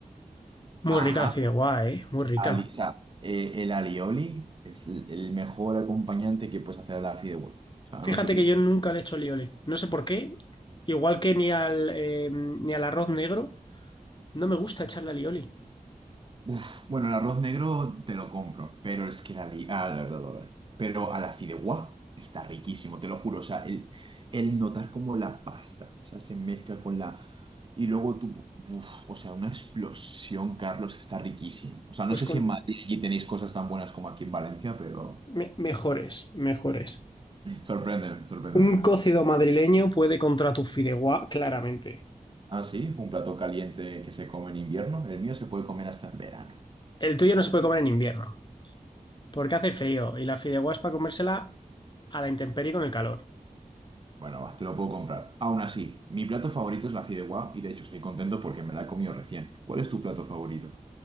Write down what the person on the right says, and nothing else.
Ajá,
ali- o sea, eh, el alioli es l- el mejor acompañante que puedes hacer a la fideuá. O sea,
no sé si
Uf, bueno, el arroz negro te lo compro, pero es que la... li- Ah, la verdad, la verdad. Pero a la fideuá está riquísimo, te lo juro. O sea, el, el notar como la pasta, o sea, se mezcla con la... Y luego tú... Uf, o sea, una explosión, Carlos, está riquísimo. O sea,
no sé
si en Madrid allí tenéis cosas tan buenas como aquí en Valencia, pero...
Sorpréndeme, sorpréndeme.
Ah, sí, un plato caliente que se come en invierno. El mío se puede comer hasta en verano.
Bueno, va, te lo puedo comprar. Aún así, mi plato favorito es la fideuá y de hecho estoy contento porque me la he comido recién. ¿Cuál es tu plato favorito?